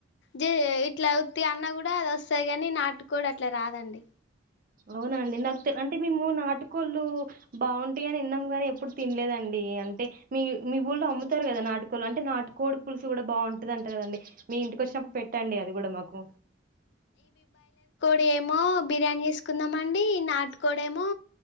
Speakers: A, on the left (about 60°); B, on the right (about 45°).
A: జే ఇట్లా ఉత్తిగా ఉన్నా కూడా అది వస్తాయి గాని నాటుకోడి అట్లా రాదండి.
B: అవునండి నాకు తే అంటే మేము నాటుకోళ్ళు బాగుంటయి. అని ఇన్నం గాని ఎప్పుడు తినలేదన్ డి అంటే మీ మీ ఊళ్ళో అమ్ముతారు కదా నాటుకోళ్ళు. అంటే నాటుకోడి పులుసు కూడా బాగుంటదంట కదండి. మీ ఇంటికి వచ్చినప్పుడు పెట్టండి అది కూడా మాకు
A: పేమో బిర్యానీ చేసుకుందామండి. నాటుకోడ్ ఏమో